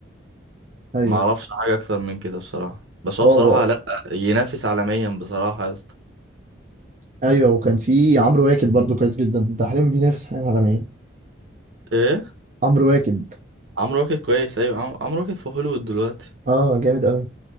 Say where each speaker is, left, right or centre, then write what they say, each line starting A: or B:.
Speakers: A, on the right (about 40°); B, on the right (about 75°).
A: ايوه
B: ما اعرفش حاجه اكتر من كده بصراحه بس هو
A: هو
B: بصراحه لا ينافس عالميا بصراحه يا اسطى
A: ايوه وكان في عمرو واكد برضو كويس جدا ده حاليا بينافس حاليا على مين
B: ايه
A: عمرو واكد
B: عمرو واكد كويس ايوه عم- عمرو واكد في هوليوود دلوقتي
A: اه جامد قوي